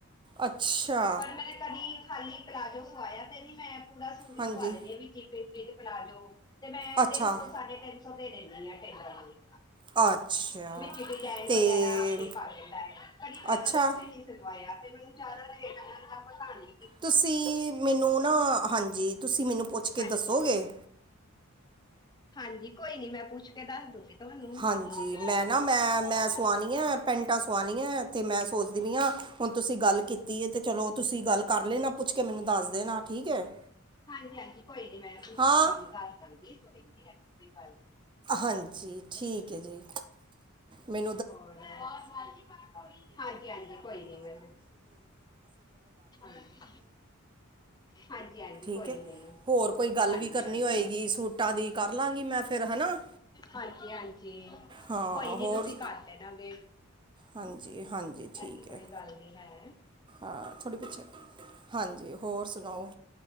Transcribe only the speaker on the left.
ਪਰ ਮੈਂ ਕਦੀ ਖਾਲੀ। ਪਲਾਜੋ ਪਾਇਆ ਤੇ, ਨੀ ਮੈਂ ਪੂਰਾ ਸੁਟ ਸਿਲਵਾ
ਲੈਂਦੀਆਂ ਆ, ਵਿਚ ਹੀ ਪਲਾਜੋ। ਤੇ ਮੈਂ
ਤਿੰਨ ਸੌ, ਸਾਢੇ ਤਿੰਨ ਸੌ ਦੇ ਦਿੰਦੀ ਆ। <inaudible>
ਵਿੱਚ
ਡਿਜ਼ਾਇਨ ਵਗੈਰਾ ਆਪੇ ਹੀ ਪਾ ਦਿੰਦਾ ਹੈ, ਕਦੀ ਮੈਂ
ਅਲਗ ਸੇ ਨਹੀਂ ਸਿਲਵਾਇਆ। ਮੈਨੂੰ ਜ਼ਿਆਦਾ ਰੇਟ ਦਾ ਤਾ ਪਤਾ ਨਹੀਂ।
ਹਾਂਜੀ।
ਹਾਂਜੀ, ਕੋਈ ਨੀ। ਮੈਂ ਪੁੱਛ ਕੇ ਦੱਸ ਦੂੰਗੀ। ਤੁਹਾਨੂੰ।
ਹਾਂ,
ਹਾਂਜੀ, ਹਾਂਜੀ। ਕੋਈ ਨੀ, ਮੈਂ ਪੁੱਛ
ਕੇ ਤੁਵਾਨੁ ਦੱਸ ਦਾਗੀ। ਕੋਈ ਨੀ ਕੋਈ ਗੱਲ
ਨੀ।
ਹੋਰ ਹਾਂਜੀ ਹਾਂਜੀ ਕੋਈ ਨੀ ਮੈਂ ਹਾਂਜੀ ਹਾਂਜੀ ਹਾਂਜੀ ਕੋਈ
ਨੀ।
ਹਾਂਜੀ
ਹਾਂਜੀ
ਹਾਂਜੀ, ਹਾਂਜੀ।
ਕੋਈ ਨੀ,
ਤੁਸੀਂ ਕਰ ਲੈਣਾ ਬੇ
ਐਸੀ ਕੋਈ
ਗੱਲ ਨੀ ਹੈ।